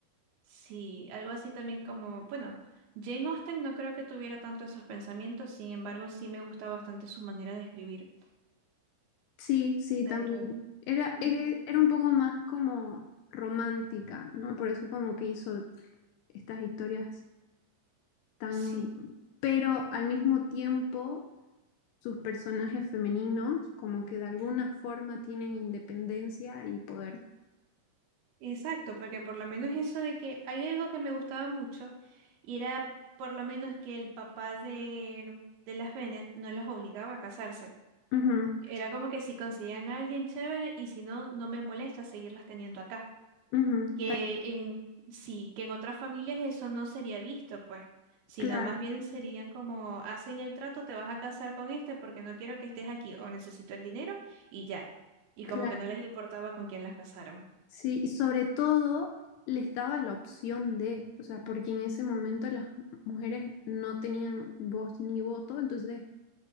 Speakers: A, on the right; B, on the left.
A: Sí, algo así también como, bueno, Jane Austen no creo que tuviera tanto esos pensamientos, sin embargo, sí me gusta bastante su manera de escribir.
B: Sí, sí,
A: Pero
B: también. Era,
A: mm,
B: eh, era un poco más como romántica, ¿no? Por eso como que hizo estas historias tan...
A: sí,
B: Pero al mismo tiempo, sus personajes femeninos como que de alguna forma tienen independencia y poder.
A: Exacto, porque por lo menos eso de que hay algo que me gustaba mucho y era por lo menos que el papá de, de las Bennett no las obligaba a casarse.
B: Ujú.
A: Era como que si conseguían a alguien chévere y si no, no me molesta seguirlas teniendo acá.
B: Ujú,
A: Que
B: ta-
A: en sí, que en otras familias eso no sería visto, pues, sino
B: Claro,
A: más bien serían como hacen el trato, te vas a casar con este porque no quiero que estés aquí o necesito el dinero y ya. Y
B: claro.
A: como que no les importaba con quién las casaran.
B: Sí, y sobre todo les daba la opción de, o sea, porque en ese momento las mujeres no tenían voz ni voto, entonces